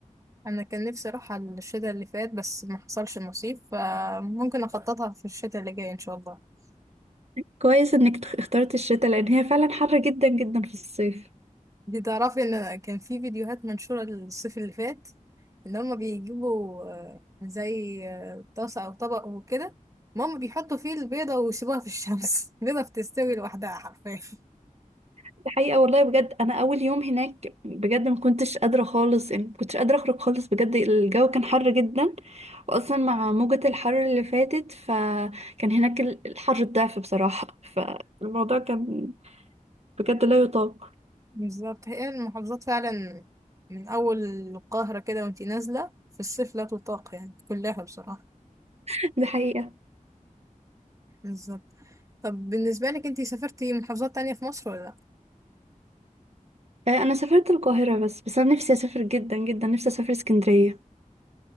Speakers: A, on the right; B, on the right.
A: أنا كان نفسي أروح على الشتاء اللي فات بس ما حصلش نصيب فممكن أخططها في الشتاء اللي جاي إن شاء الله
B: كويس إنك تخ- اخترت الشتاء لأن هي فعلا حر جدا جدا في الصيف
A: دي تعرفي ان كان في فيديوهات منشورة الصيف اللي فات ان هما بيجيبوا آه، زي آه، طاسة او طبق وكده ماما بيحطوا فيه البيضة ويسيبوها في الشمس <laughs> البيضة بتستوي لوحدها حرفيا
B: دي حقيقة والله بجد أنا أول يوم هناك بجد ما كنتش قادرة خالص يعني ما كنتش قادرة أخرج خالص بجد الجو كان حر جدا وأصلا مع موجة الحر اللي فاتت فكان هناك ال- الحر الضعف بصراحة فالموضوع كان بجد لا يطاق
A: بالظبط هي المحافظات فعلا من اول القاهرة كده وانتي نازلة في الصيف لا تطاق يعني كلها بصراحة
B: <laughs> دي حقيقة
A: بالظبط طب بالنسبة لك انتي سافرتي محافظات تانية في مصر ولا لا؟
B: آه، أنا سافرت القاهرة بس بس أنا نفسي أسافر جدا جدا نفسي أسافر اسكندرية